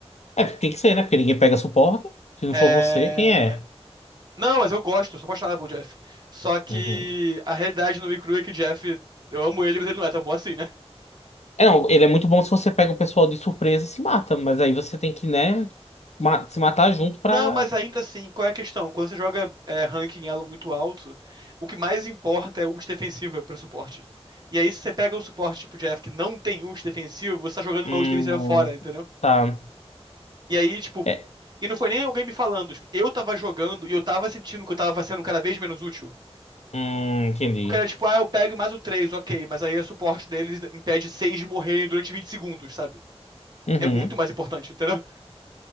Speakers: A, on the left (about 85°); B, on the right (about 40°).
A: É, porque tem que ser, né? Porque ninguém pega suporte. Se não
B: É...
A: for você, quem é?
B: Não, mas eu gosto, sou apaixonado pelo Jeff. Só que
A: Uhum.
B: a realidade no Crew é que o Jeff, eu amo ele, mas ele não é tão bom assim, né?
A: É, não, ele é muito bom se você pega o pessoal de surpresa e se mata, mas aí você tem que, né, ma- se matar junto pra.
B: Não, mas ainda assim, qual é a questão? Quando você joga é, ranking elo muito alto, o que mais importa é ult defensiva pra suporte. E aí, se você pega um suporte tipo Jeff que não tem ult defensivo, você tá jogando
A: Hum,
B: uma ult defensiva fora, entendeu?
A: tá.
B: E aí, tipo.
A: É,
B: E não foi nem alguém me falando, tipo, eu tava jogando e eu tava sentindo que eu tava sendo cada vez menos útil.
A: Hum, entendi.
B: Porque era tipo, ah, eu pego e mato três, ok, mas aí o suporte deles impede seis de morrer durante 20 segundos, sabe?
A: Uhum.
B: É muito mais importante, entendeu?